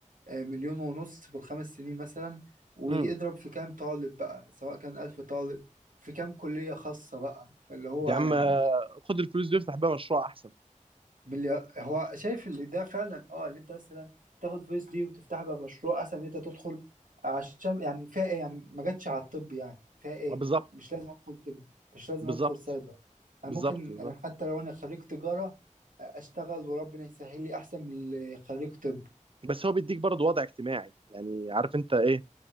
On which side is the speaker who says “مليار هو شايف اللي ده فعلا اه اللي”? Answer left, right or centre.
Right